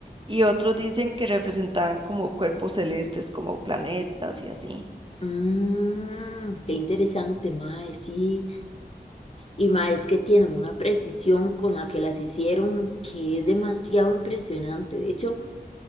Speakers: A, on the right; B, on the left.
A: y otros dicen que representaban como cuerpos celestes, como planetas y así.
B: Mmm, qué interesante, mae, sí. Y mae, es que tienen una precisión con la que las hicieron que es demasiado impresionante. De hecho,